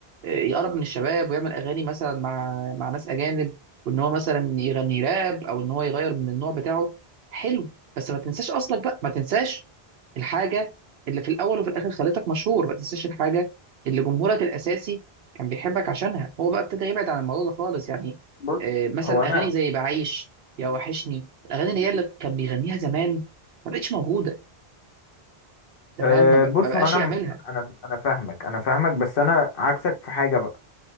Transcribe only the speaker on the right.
آه، يقرب من الشباب ويعمل اغاني مثلا مع مع ناس اجانب وان هو مثلا يغني راب او ان هو يغير من النوع بتاعه حلو بس ما تنساش اصلك بقى ما تنساش الحاجه اللي في الاول وفي الاخر خلتك مشهور ما تنساش الحاجه اللي جمهورك الاساسي كان بيحبك عشانها هو بقى ابتدى يبعد عن الموضوع ده خالص يعني
آه، مثلا
اغاني زي بعيش يا وحشني الاغاني اللي هي اللي كان بيغنيها زمان ما بقتش موجوده انت
فاهم ما بق-
ما بقاش
يعملها